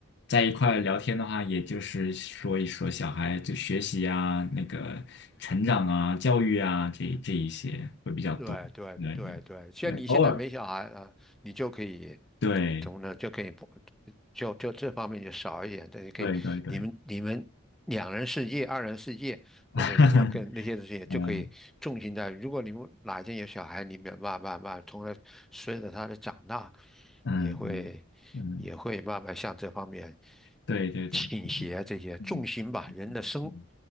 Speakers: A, on the left (about 55°); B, in the centre.
A: 在一块儿聊天的话，也就是说一说小孩就学习啊、那个成长啊、教育啊这这一些会比较多，
B: 对对对对，
A: 对对对，
B: 像你现在没小孩啊，
A: 偶尔，
B: 你就可以
A: 对
B: 怎么呢？就可以不就就这方面就少一点，这也可以你们你们两人世界、
A: 对对对，
B: 二人世界或者什么跟那些东西就可以重心在。
A: <laughs> 嗯。
B: 如果你们哪一天有小孩，你们慢慢慢，从了随着他的长大，
A: 嗯嗯嗯，
B: 也会也会慢慢向这方面
A: 对对对，
B: 倾斜这些重心吧，
A: 嗯
B: 人的生
A: 嗯